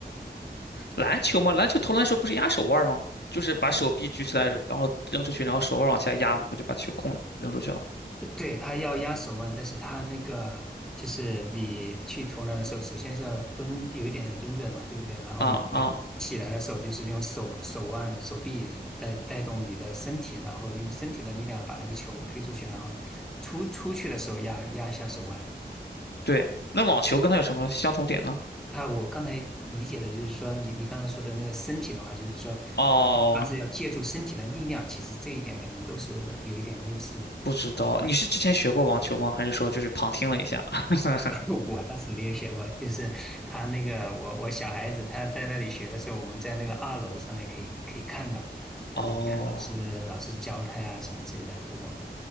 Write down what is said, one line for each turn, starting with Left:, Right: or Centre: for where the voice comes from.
Left: 篮球嘛，篮球投篮的时候不是压手腕吗？就是把手臂举起来，然后扔出去，然后手腕往下压，不就把球控扔出去了？
Centre: 对，他要压手腕，但是他那个就是你去投篮的时候，首先是要蹲，有一点点蹲着嘛，对不对？然后你再起来的时候，
Left: 啊啊，
Centre: 就是用手手腕、手臂带带动你的身体，然后用身体的力量把那个球推出去，然后出出去的时候压压一下手腕。
Left: 对。那网球跟它有什么相同点呢？
Centre: 他我刚才理解的就是说，你你刚才说的那个身体的话，就是说，
Left: 哦，
Centre: 嗯他是要借助身体的力量，其实这一点可能都是有一点类似。
Left: 不知道。你是之前学过网球吗？还是说就是旁听了一下？<laughs>
Centre: <laughs> 我倒是没有学过，就是他那个我我小孩子他在那里学的时候，我们在那个二楼上面可以可以看到，但是看老师老师教他呀什么之类的这种，
Left: 哦，